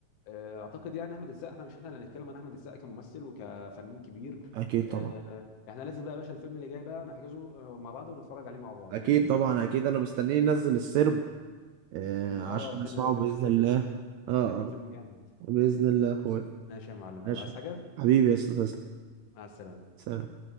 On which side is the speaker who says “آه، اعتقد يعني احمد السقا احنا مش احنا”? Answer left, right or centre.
Left